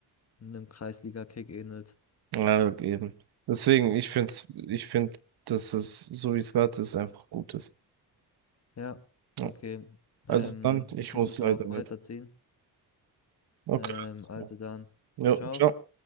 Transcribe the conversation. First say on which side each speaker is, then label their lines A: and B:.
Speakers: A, on the left; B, on the right.
A: einem Kreisliga-Kick ähnelt.
B: Ja, eben. Deswegen, ich finde, ich finde, dass es, so wie es gerade ist, einfach gut ist.
A: Ja,
B: Ja.
A: okay. Ähm,
B: Also dann, ich
A: ich muss
B: muss
A: jetzt
B: leider
A: auch
B: mit.
A: weiterziehen.
B: Okay.
A: Ähm, also dann,
B: Ja,
A: ciao.
B: ciao.